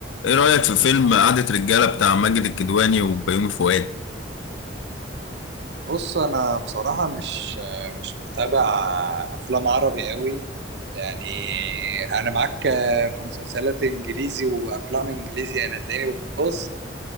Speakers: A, on the left (about 85°); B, on the right (about 65°).
A: ايه رأيك في فيلم قعدة رجالة بتاع ماجد الكدواني وبيومي فؤاد
B: بص انا بصراحه مش مش متابع افلام عربي قوي يعني انا معاك في مسلسلات انجليزي وافلام انجليزي انا تلاقيني بص